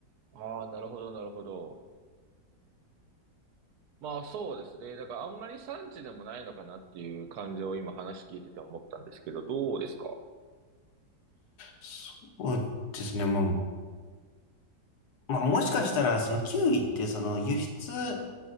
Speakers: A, on the right; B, on the left.
A: ああ、なるほど、なるほど。まあそうですね。だからあんまり産地でもないのかなっていう感じを今話聞いてて思ったんですけど、どうですか
B: そうですね。まあ、まあ、もしかしたら、そのキウイって、その輸出、